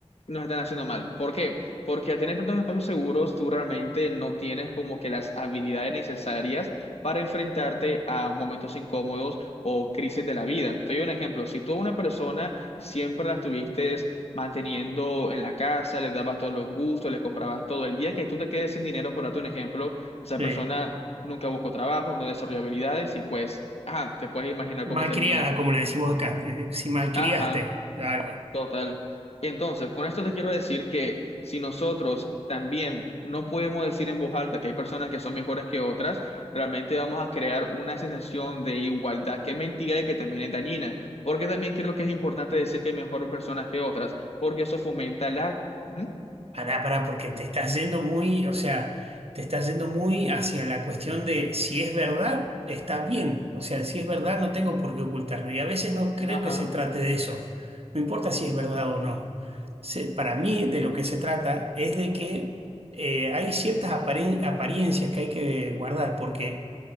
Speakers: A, on the left (about 65°); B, on the right (about 60°).
A: nos están haciendo mal. ¿Por qué? Porque al tener tantos espacios seguros, tú realmente no tienes como que las habilidades necesarias para enfrentarte a momentos incómodos o crisis de la vida. Te doy un ejemplo. Si tú a una persona siempre la estuviste manteniendo en la casa, les dabas todos los gustos, les comprabas todo. El día que tú te quedes sin dinero, por darte un ejemplo, esa
B: Sí.
A: persona nunca buscó trabajo, no desarrolló habilidades y pues, ajá, te puedes imaginar
B: Malcriada,
A: cómo termina.
B: como le decimos acá. Eh, Si malcriaste
A: Ajá,
B: a alguien,
A: total. Entonces, con esto te quiero decir que si nosotros también no podemos decir en voz alta que hay personas que son mejores que otras, realmente vamos a crear una sensación de igualdad que es mentira y que también es dañina, porque también creo que es importante decir que hay mejores personas que otras, porque eso fomenta la... Ujú.
B: Pará, pará, porque te estás yendo muy, o sea, te estás yendo muy hacia la cuestión de si es verdad, está bien. O sea, si es verdad, no tengo por qué ocultarlo. Y a veces no creo
A: Ajá,
B: que se trate de eso. No importa si es verdad o no. Se- para mí, de lo que se trata es de que eh, hay ciertas aparen- apariencias que hay que guardar, porque